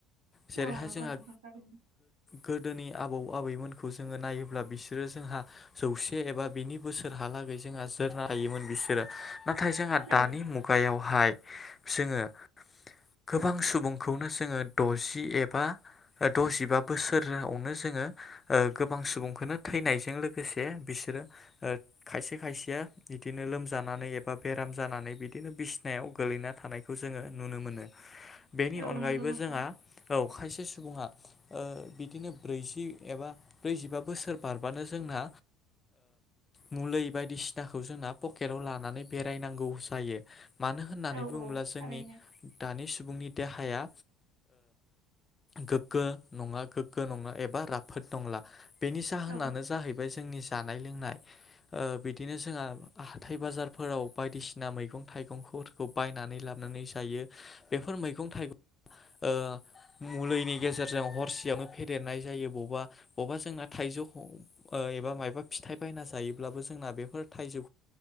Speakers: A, on the left (about 25°); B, on the right (about 85°).
A: जेरैहाय
B: औ नंगौ
A: जोंहा
B: नोंथां थारैनो
A: गोदोनि आबौ आबैमोनखौ जोङो नायोब्ला बिसोरो जोंहा जौसे एबा बिनि बोसोरहालागै जोंहा जोरनो हायोमोन बिसोरो नाथाय जोंहा
B: औ
A: दानि मुगायावहाय जोङो गोबां सुबुंखौनो जोङो द'जि एबा द'जिबा बोसोरावनो जोङो गोबां सुबुंखौनो थैनायजों लोगोसे बिसोरो खायसे खायसेया बिदिनो लोम जानानै एबा बेराम जानानै बिदिनो बिसनायाव गोलैना थानायखौ जोङो नुनो मोनो। बेनि
B: औ
A: अनगायैबो
B: नंगौ नोंथां
A: जोंहा औ खायसे सुबुङा बिदिनो ब्रैजि एबा ब्रैजिबा बोसोर बारबानो जोंना मुलौ बायदिसिनाखौ जोंना पकेटाव लानानै बेरायनांगौ जायो। मानो होननानै
B: औ
A: बुङोब्ला
B: औ
A: जोंनि
B: थारैनो
A: दानि सुबुंनि देहाया गोगो नङा गोगो नङा एबा राफोद नंला बेनि जाहोनानो
B: औ
A: जाहैबाय जोंनि जानाय लोंनाय बिदिनो जोंहा हाथाय बाजारफोराव बायदिसिना मैगं थाइ थाइगंफोरखौ बायनानै लाबोनानै जायो बेफोर मैगं थाइगं आ मुलिनि गेजेरजों हरसेयावनो फेदेरनाय जायो बबेबा बबेबा जोंना थाइजौ एबा मायबा फिथाइ बायना जायोब्लाबो जोंना बेफोर थाइजौ